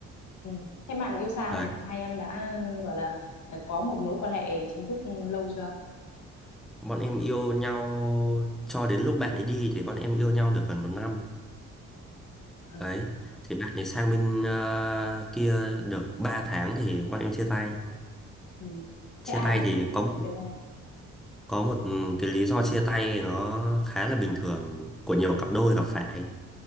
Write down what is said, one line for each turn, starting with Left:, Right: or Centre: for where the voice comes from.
Left: Ừ. Thế bạn yêu xa
Centre: Đấy,
Left: này hai em đã gọi là ờ, có một mối quan hệ chính thức lâu chưa?
Centre: bọn em yêu nhau cho đến lúc bạn ấy đi thì bọn em yêu nhau được gần một năm.
Left: Ờ,
Centre: Đấy, thì bạn ấy sang bên ờ, kia được 3 tháng thì bọn em chia tay.
Left: Ừ.
Centre: chia
Left: Thế ai
Centre: tay
Left: là
Centre: thì
Left: người
Centre: có
Left: chủ động chia tay?
Centre: có một ừ, cái lý do chia tay nó khá là bình thường của nhiều cặp đôi gặp phải